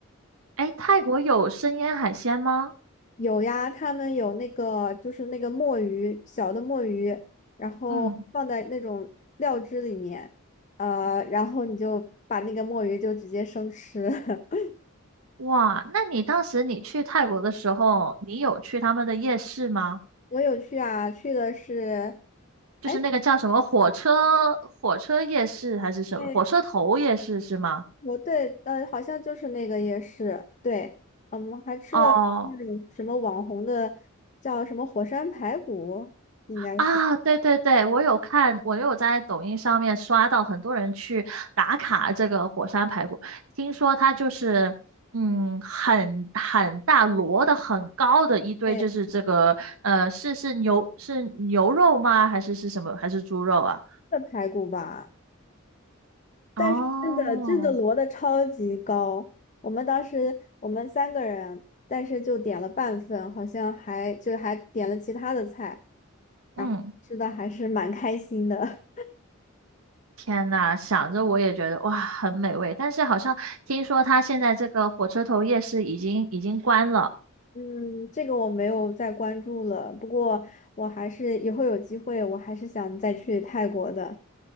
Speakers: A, on the right; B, on the left.
A: 哎，泰国有生腌海鲜吗？
B: 有呀，他们有那个就是那个墨鱼，小的墨鱼，然后放在那种料汁里面，
A: 嗯，
B: 呃，然后你就把那个墨鱼就直接生吃。<laughs>
A: 哇，那你当时你去泰国的时候，你有去他们的夜市吗？
B: 我有去啊，去的是，
A: 就是那个叫什么火车火车夜市还是什么火车头夜市是吗？
B: 哎，对，我对，呃，好像就是那个夜市，对，嗯我们还吃了那种什么网红的叫什么火山排骨，
A: 哦，
B: 应该是，
A: 啊，对对对，我有看，我有在抖音上面刷到很多人去打卡这个火山排骨，听说它就是，嗯，很很大摞的很高的一堆，
B: 对，
A: 就是这个，呃，是是牛是牛肉吗？还是是什么？还是猪肉啊？
B: 是排骨吧。但是真的真的摞的超级高，
A: 哦，
B: 我们当时我们三个人，但是就点了半份，好像还就还点了其他的菜，
A: 嗯，
B: 然后吃的还是蛮开心的。
A: 天呐，想着我也觉得哇，很美味，但是好像听说它现在这个火车头夜市已经已经关了。
B: <laughs> 嗯，这个我没有再关注了，不过我还是以后有机会，我还是想再去泰国的。